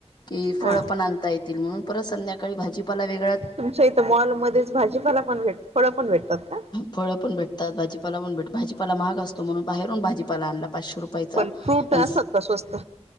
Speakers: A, on the left (about 40°); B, on the right (about 70°).
A: कि फळ
B: हा
A: पण आणता येतील म्हणून परत संध्याकाळी भाजीपाला वेग
B: तुमच्या इथं मॉलमध्येच भाजीपाला पण भेट फळं पण भेटतात का?
A: फळं पण भेटतात, भाजीपाला पण भेट, भाजीपाला महाग असतो म्हणून बाहेरून भाजीपाला आणला. पाचशे रुपयाचा
B: पण फ्रूट
A: अन
B: असतात का स्वस्त